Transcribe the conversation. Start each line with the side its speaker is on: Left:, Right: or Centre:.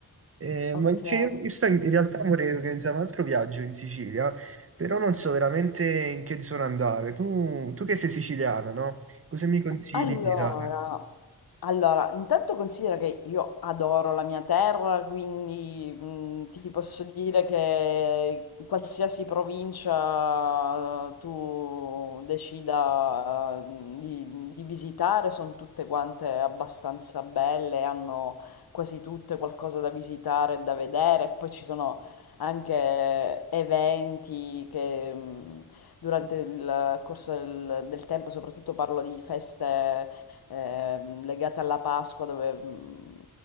Right: Eh,
Left: okay.
Right: ma cioè, io io sto in, in realtà vorrei organizzare un altro viaggio in Sicilia, però non so veramente in che zona andare. Tu, tu che sei siciliana, no? Cosa mi consigli
Left: Allora
Right: di girare?
Left: allora, intanto considera che io adoro la mia terra, quindi, mhmm, ti posso dire che in qualsiasi provincia eh, tu decida, mhmm, di di visitare, son tutte quante abbastanza belle, hanno quasi tutte qualcosa da visitare e da vedere, e poi ci sono anche eventi che, mhmm durante il corso del, del tempo, soprattutto parlo di feste ehm, legate alla Pasqua dove mh,